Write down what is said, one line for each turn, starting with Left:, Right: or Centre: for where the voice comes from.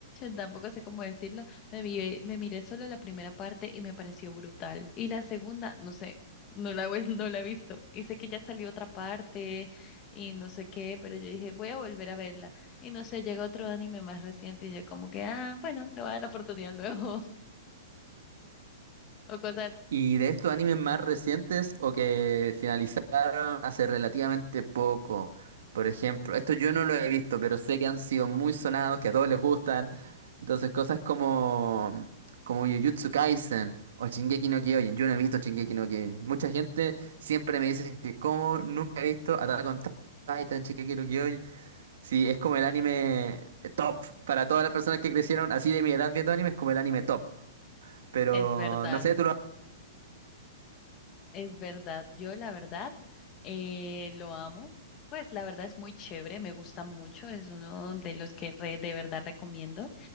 Left: tampoco sé cómo decirlo, me, vi- me miré solo la primera parte y me pareció brutal, y la segunda, no sé, no la, he vuel- no la he visto, y sé que ya salió otra parte y no sé qué, pero yo dije, voy a volver a verla, y no sé, llega otro anime más reciente y yo como que, ah, bueno, le voy a dar la oportunidad luego. <laughs> o cosas
Right: Y de estos animes más recientes o que finalizaron hace relativamente poco, por ejemplo, esto yo no lo he visto, pero sé que han sido muy sonados, que a todos les gustan. Entonces, cosas como, como Jujutsu Kaisen o Shingeki no Kyojin. Yo no he visto Shingeki no Kyojin. Mucha gente siempre me dice que como nunca he visto Attack on Titan, Shingeki no Kyojin. Sí, es como el anime top para todas las personas que crecieron así de mi edad viendo anime, es como el anime top. Pero
Left: Es verdad,
Right: no sé, ¿tú lo
Left: es verdad. Yo la verdad eh, lo amo. Pues la verdad es muy chévere, me gusta mucho, es uno de los que re- de verdad recomiendo.